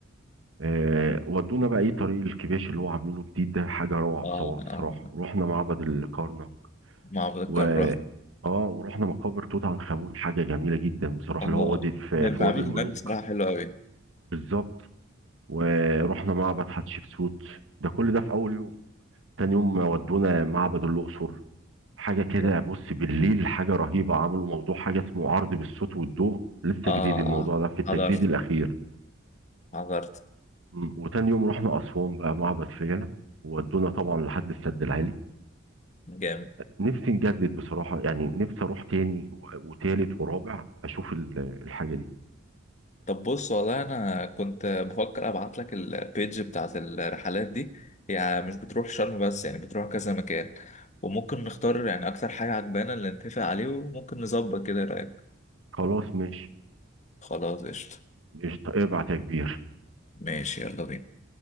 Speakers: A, on the right (about 65°); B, on the left (about 35°).
A: آه ودونا بقى ايه طريق الكباش اللي هو عاملينه جديد ده حاجة روعة
B: اه
A: بصراحة بصراحة
B: آه،
A: رحنا معبد الكرنك
B: معبد الكرم
A: و
B: رحت
A: اه ورحنا مقابر توت عنخ امون حاجه جميله جدا بصراحه
B: اه
A: اللي هو وادي في,
B: المعبد
A: في وادي الملوك
B: هناك بصراحه حلو قوي
A: بالظبط ورحنا معبد حتشبسوت ده كل ده في اول يوم تاني يوم ودونا معبد الاقصر حاجه كده
B: جامد.
A: بص بالليل حاجه رهيبه عملوا موضوع حاجه اسمه عرض بالصوت والضوء لسه
B: اه اه
A: جديد الموضوع ده في التجديد
B: حضرت
A: الاخير
B: حضرت
A: م، وتاني يوم رحنا اسوان بقى معبد فيلة وودونا طبعا لحد السد العالي
B: جامد
A: نفسي نجدد بصراحه يعني نفسي اروح تاني و- وتالت ورابع اشوف ال- الحاجه دي
B: طب بص والله انا كنت بفكر ابعت لك البيج بتاعت الرحلات دي يعني مش بتروح شرم بس يعني بتروح كذا مكان وممكن نختار يعني اكتر حاجة عجبانا اللي نتفق عليه وممكن نظبط كده إيه رأيك
A: خلاص ماشي
B: خلاص قشطة
A: قشطة ابعت يا كبير
B: ماشي يلا بينا